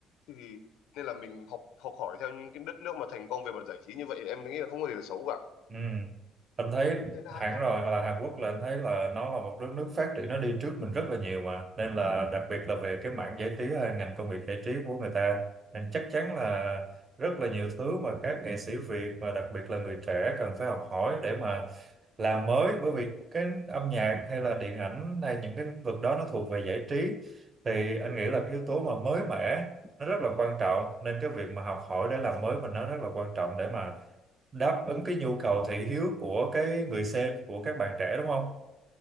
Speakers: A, on the left; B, on the right.
A: thì nên là mình học học hỏi theo những cái đất nước mà thành công về mặt giải trí như vậy em nghĩ là không có gì là xấu cả
B: Ừ. anh thấy
A: Thế là-
B: hẳn rồi là Hàn Quốc là anh thấy là nó là một đất nước phát triển nó đi trước mình rất là nhiều mà nên là đặc biệt là về cái mảng giải trí hay ngành công nghiệp giải trí của người ta nên chắc chắn là rất là nhiều thứ mà các nghệ sĩ Việt và đặc biệt là người trẻ cần phải học hỏi để mà làm mới bởi vì cái âm nhạc hay là điện ảnh hay những cái lĩnh vực đó nó thuộc về giải trí thì anh nghĩ là cái yếu tố mà mới mẻ nó rất là quan trọng nên cái việc mà học hỏi để làm mới mình nó rất là quan trọng để mà đáp ứng cái nhu cầu thị hiếu của cái người xem của các bạn trẻ đúng không?